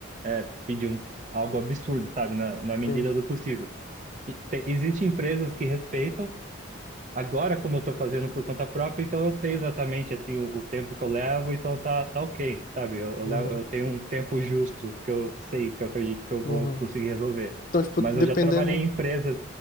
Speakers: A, on the right; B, on the left.
A: é, pedir um, algo absurdo, sabe? Na, na medida
B: sim.
A: do possível. E te- Existem empresas que respeitam Agora, como eu tô fazendo por conta própria, então eu sei exatamente assim o, o tempo que eu levo, então tá, tá ok, sabe? Eu, eu,
B: Uhum,
A: levo- eu tenho um tempo justo que eu sei, que eu acredito que eu vou
B: uhum.
A: conseguir resolver.
B: Então, tipo,
A: Mas
B: dependendo,
A: eu já trabalhei em empresas